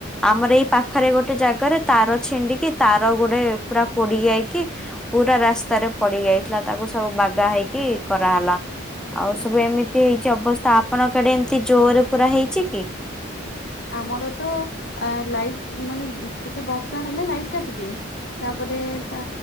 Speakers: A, in the centre; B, on the left.
A: ଆମର ଏଇ ପାଖରେ ଗୋଟେ ଜାଗାରେ ତାର ଛିଣ୍ଡିକି ତାର ଗୋଟେ ପୁରା ପୋଡି ଯାଇକି ପୁରା ରାସ୍ତାରେ ପଡି ଯାଇଥିଲା ତାକୁ ସବୁ ବାଗା ହେଇକି କରାହେଲା। ଆଉ ସବୁ ଏମିତି ହେଇଛି ଅବସ୍ଥା ଆପଣ କୁଆଡେ ଏମତି ଜୋରରେ ପୁରା ହେଇଛି କି?
B: ଆମର ତ ଲାଇଟ୍ ମାନେ ଟିକେ ବର୍ଷା ହେଲେ ଲାଇଟ କାଟିଦିଏ। ତାପରେ ତା